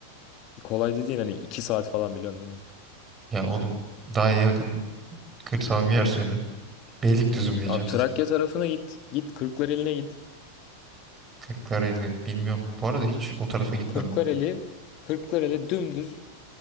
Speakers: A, on the left (about 40°); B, on the right (about 20°).
A: Kolay dediğin hani 2 saat falan biliyorsun değil mi?
B: Ya oğlum daha yakın kırsal bir yer söyle. Beylikdüzü mü diyeceğim?
A: Abi Trakya tarafına git. Git Kırklareli'ne git.
B: Kırklareli bilmiyorum. Bu arada hiç o tarafa gitmedim
A: Kırklareli,
B: ben.
A: Kırklareli dümdüz